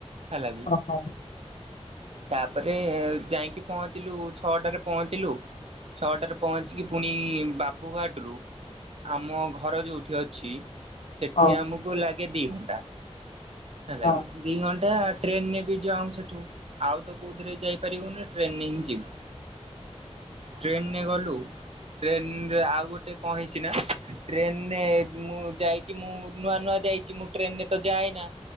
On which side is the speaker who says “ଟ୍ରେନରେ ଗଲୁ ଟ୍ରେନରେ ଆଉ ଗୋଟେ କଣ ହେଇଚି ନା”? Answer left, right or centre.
Right